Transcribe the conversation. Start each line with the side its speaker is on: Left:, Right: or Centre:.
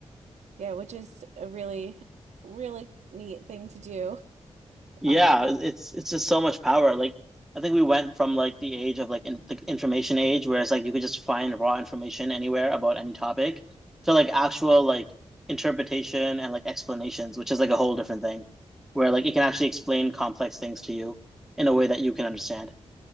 Right: Yeah, which is a really, really neat thing to do.
Centre: Yeah,
Right: Um,
Centre: it's it's just so much power. Like I think we went from like the age of like in, the information age, where it's like you could just find raw information anywhere about any topic, to like actual like interpretation and like explanations, which is like a whole different thing, where like it can actually explain complex things to you in a way that you can understand.